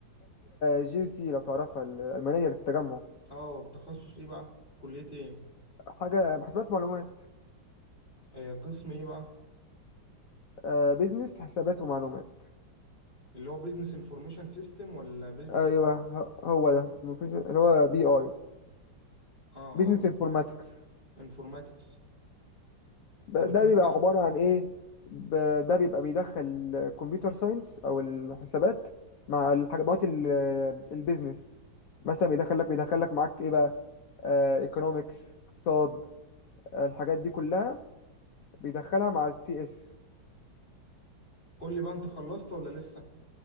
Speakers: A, on the left (about 70°); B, on the left (about 25°).
A: جي سي لو تعرفها الالمانيه اللي في التجمع
B: اه تخصص ايه بقى كلية ايه
A: حاجه حسابات معلومات
B: آه قسم ايه بقى
A: آه، بيزنس حسابات ومعلومات
B: اللي هو بيزنس انفورميشن سيستم ولا بيزنس
A: ايوه ه- هو ده مفيش اللي هو بي اي
B: اه
A: بيزنس
B: اه
A: انفورماتكس
B: انفورماتكس
A: ده
B: طب اتمنى
A: بيبقى عباره عن ايه ب- ده بيبقى بيدخل كمبيوتر ساينس او الحسابات مع الحاجات البيزنس مثلا بيدخل لك بيدخل لك معاك ايه بقى ايكونومكس اقتصاد آه، الحاجات دي كلها بيدخلها مع السي اس
B: قول لي بقى انت خلصت ولا لسه